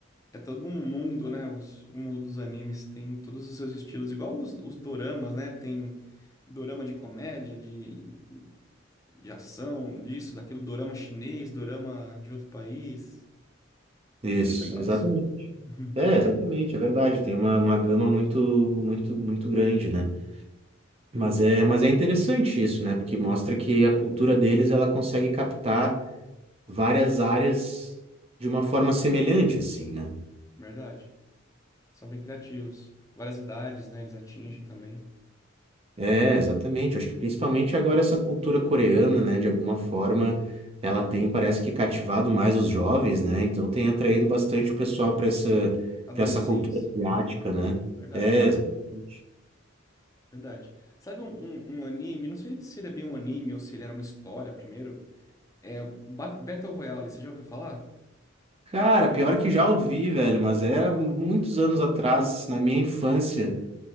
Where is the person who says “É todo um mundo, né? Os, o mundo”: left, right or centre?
Left